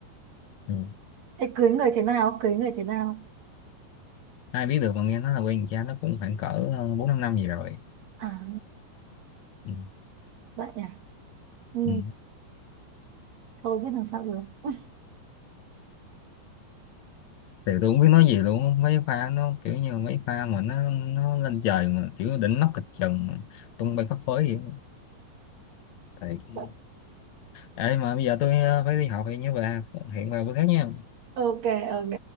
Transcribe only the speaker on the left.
ừ.
ai biết được mà nghe nói là quen cha nó cũng khoảng cỡ ờ, bốn năm năm gì rồi
Ừ.
Ừ.
Thì tôi không biết nói gì luôn mấy pha nó kiểu như mấy pha mà nó nó lên trời mà kiểu đỉnh nóc kịch trần mà tung bay khắp phới vậy Thiệt.
ấy mà bây giờ tôi ờ, phải đi học thì nhớ về hiện vào bữa khác nha